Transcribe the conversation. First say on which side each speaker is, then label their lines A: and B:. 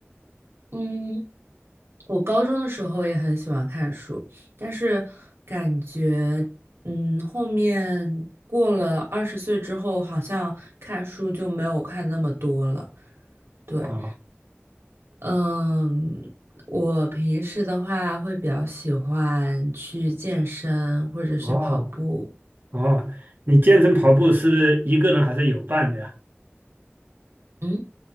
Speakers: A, on the right; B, on the right.
A: 嗯，我高中的时候也很喜欢看书，但是感觉嗯，后面过了二十岁之后，好像看书就没有看那么多了。对，
B: 啊，
A: 嗯，我平时的话会比较喜欢去健身或者去跑步。
B: 哦，哦，你健身跑步是一个人还是有伴的呀？
A: 嗯。